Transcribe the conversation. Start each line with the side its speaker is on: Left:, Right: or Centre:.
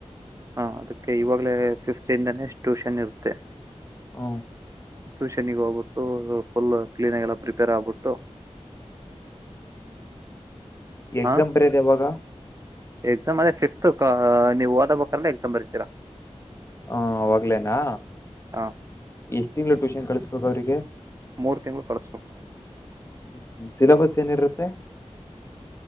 Right: ಹಾ ಅದಕ್ಕೆ ಇವಾಗ್ಲೇ ಫಿಫ್ತ್ಂದಾನೇ ಟ್ಯೂಷನ್ ಇರುತ್ತೆ
Left: ಹ
Right: ಟ್ಯೂಷನ್ಗ ಹೋಗ್ಬಿಟ್ಟು ಫುಲ್ ಕ್ಲೀನ್ಗ ಎಲ್ಲ ಪ್ರಿಪೇರ್ ಆಗ್ಬಿಟ್ಟು <inaudible>
Left: ಎಕ್ಸಾಮ್
Right: ಹಾ
Left: ಬರೆಯೋದು ಯಾವಾಗ
Right: ಎಕ್ಸಾಮ್ ಅದೇ ಫಿಫ್ತ್ ನೀವು ಓದಬೇಕ್ರಲ್ಲ ಎಕ್ಸಾಮ್ ಬರತೀರಾ
Left: ಹ ಅವಾಗ್ಲೇನಾ
Right: ಹ
Left: ಎಷ್ಟ್ ತಿಂಗಳು ಟ್ಯೂಷನ್ ಕಳಸ್ಬೇಕು ಅವ್ರಿಗೆ
Right: ಮೂರು ತಿಂಗಳು ಕಳಿಸ್ಬೇಕು
Left: ಹ್ಮ ಸಿಲಬಸ್ ಏನಿರುತ್ತೆ